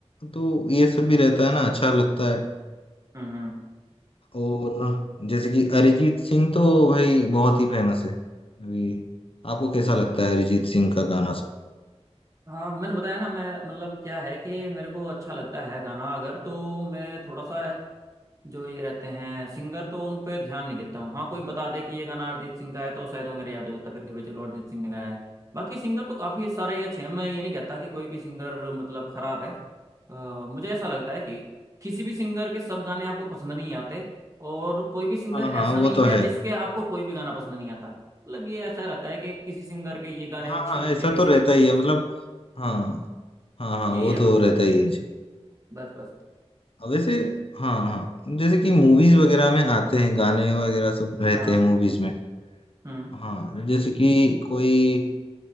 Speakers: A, on the left; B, on the right.
A: तो ये सब भी रहता है ना अच्छा लगता है
B: हम्म हम्म
A: और जैसे कि अरिजीत सिंह तो भाई बहुत ही फेमस है अभी आपको कैसा लगता है अरिजीत सिंह का गाना सब
B: हाँ मैंने बताया ना मैं मतलब क्या है कि मेरे को अच्छा लगता है गाना अगर तो मैं थोड़ा सा जो ये रहते हैं सिंगर तो उन पे ध्यान नहीं देता हूँ हाँ कोई बता दे कि ये गाना अरिजीत सिंह का है तो शायद वो मेरे याद हो जाता फिर कि भाई चलो अरिजीत सिंह ने गाया है बाकी सिंगर तो काफ़ी सारे ही अच्छे हैं मैं ये नहीं कहता कि कोई भी सिंगर मतलब खराब है अ, मुझे ऐसा लगता है कि किसी भी सिंगर के सब गाने आपको पसंद नहीं आते और कोई भी सिंगर
A: हाँ
B: ऐसा
A: हाँ
B: नहीं
A: वो तो
B: है
A: है
B: जिसके आपको कोई भी गाना पसंद नहीं आता मतलब ये ऐसा रहता है कि किसी सिंगर के ये गाने
A: हाँ
B: अच्छे
A: हाँ
B: लगते
A: ऐसा
B: हैं किसी
A: तो रहता
B: के कोई
A: ही
B: दूसरे
A: है मतलब हाँ हाँ हाँ
B: यही
A: वो
B: है
A: तो
B: बस मेरा
A: रहता ही है जी
B: बस बस
A: अब वैसे हाँ हाँ जैसे कि मूवीज वगैरह में आते हैं गाने वगैरह सब रहते
B: हाँ
A: हैं मूवीज में
B: हम्म
A: हाँ जैसे कि कोई